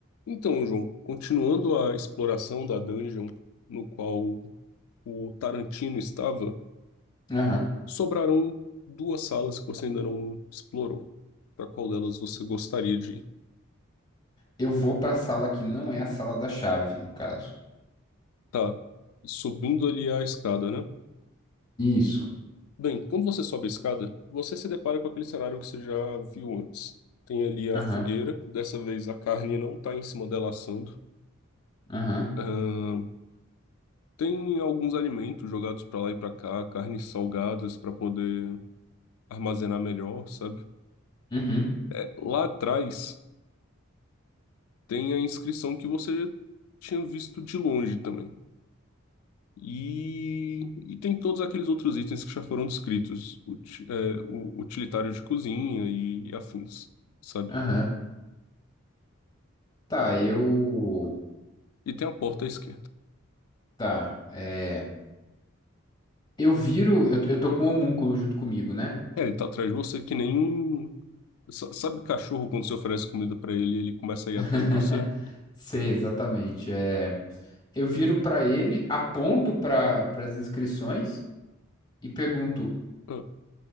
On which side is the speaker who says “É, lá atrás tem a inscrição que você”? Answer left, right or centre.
Left